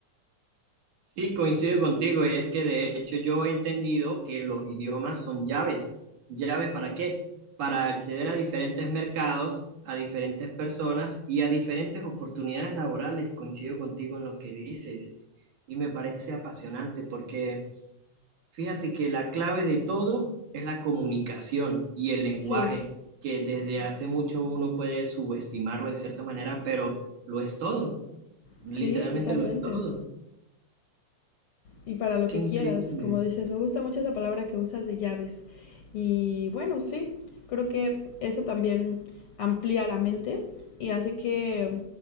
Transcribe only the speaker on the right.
Sí, coincido contigo y es que de hecho yo he entendido que los idiomas son llaves. ¿Llaves para qué? Para acceder a diferentes mercados, a diferentes personas y a diferentes oportunidades laborales. Coincido contigo en lo que dices y me parece apasionante porque... Fíjate que la clave de todo es la comunicación y el lenguaje,
que desde hace mucho uno puede subestimarlo de cierta manera, pero lo es todo, literalmente
lo es todo.
Qué
increíble.